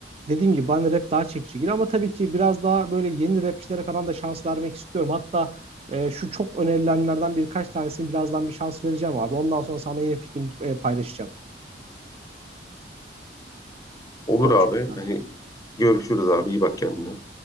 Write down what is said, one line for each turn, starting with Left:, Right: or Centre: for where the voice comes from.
Right: Dediğim gibi ben rap daha çekici geliyor ama tabii ki biraz daha böyle yeni rapçilere falan da şans vermek istiyorum. Hatta e, şu çok önerilenlerden birkaç tanesini birazdan bir şans vereceğim abi. Ondan sonra sana yeni fikrim e, paylaşacağım.
Left: Olur
Right: Görüşmek
Left: abi.
Right: üzere.
Left: Hani görüşürüz abi. iyi bak kendine.